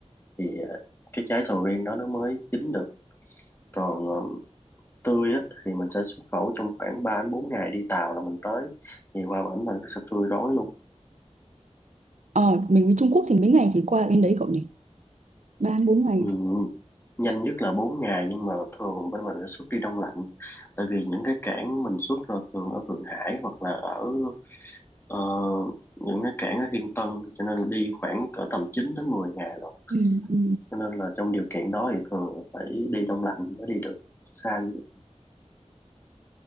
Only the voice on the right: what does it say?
Ờ, mình với Trung Quốc thì mấy ngày thì qua bên đấy cậu nhỉ? Ba bốn ngày.
Ừ, ừ.